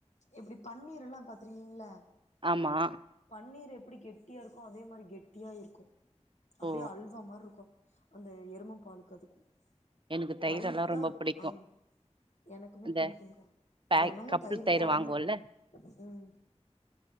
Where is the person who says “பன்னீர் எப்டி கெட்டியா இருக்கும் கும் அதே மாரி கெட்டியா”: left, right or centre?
Left